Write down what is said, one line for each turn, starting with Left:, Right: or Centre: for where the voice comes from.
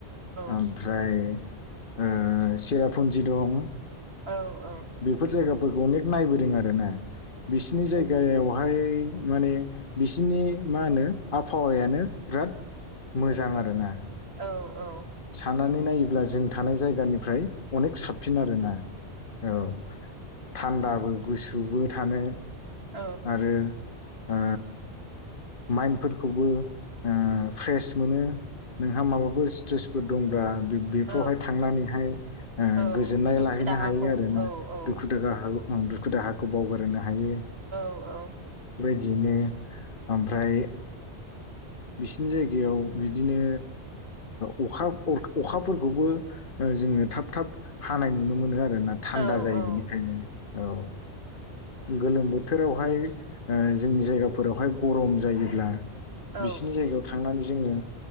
Left: ओमफ्राय
Right: औ
Left: ओ सेरापुन्जि दं।
Right: औ औ
Left: बेफोर जायगाफोरखौ अनेक नायबोदों आरो ना बिसिनि जायगायाव बहाय माने बिसिनि मा होनो आबहावायानो बिराद मोजां आरोना
Right: औ औ
Left: सानानै नायोब्ला जों थानाय जायगानिफ्राय अनेक साबसिन आरोना औ। थान्दाबो गुसुबो थानो
Right: औ
Left: आरो ओ माइन्दफोरखौबो ओ फ्रेस मोनो नोंहा माबाफोर स्ट्रेसफोर दंबा बेफ्रावहाय
Right: औ
Left: थांनानैहाय
Right: औ
Left: गोजोननाय
Right: दुखु
Left: लाहैनो
Right: दाहाखौ
Left: हायो आरोना
Right: औ औ
Left: दुखु दाहा दुखु दाहाखौ बावगारोनो हायो।
Right: औ औ
Left: बिदिनो ओमफ्राय बिसिनि जायगायाव बिदिनो ओ अखा अखाफोरखौबो जोङो थाब थाब हानाय नुनो मोनो आरो। थान्दा
Right: औ
Left: जायो
Right: औ
Left: बिनिखायनो औ गोलोम बोथोराव हाय जोंनि जायगाफोरावहाय गरम जायोब्ला
Right: औ
Left: बिसिनि जायगायाव थांनानै जोङो